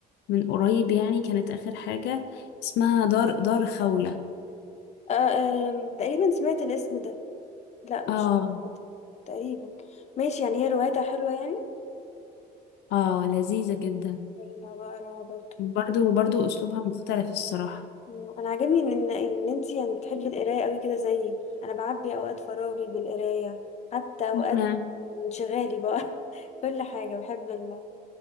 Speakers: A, on the left; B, on the left.
A: من قريب يعني كانت آخر حاجة اسمها دار دار خولة
B: آه، آم، تقريبا سمعت الاسم ده لا مش
A: اه
B: تقريبا ماشي يعني هي روايتها حلوة يعني
A: اه لذيذة جدا
B: طيب هبقى اقراها برضه
A: برضو برضو أسلوبها مختلف الصراحة
B: انا عاجبني ان ان إن انتي يعني بتحبي القرايه قوي كده زيي انا بعبي اوقات فراغي بالقرايه حتى اوقات
A: وأنا
B: انشغالي بقى <laughs> كل حاجه بحب ال...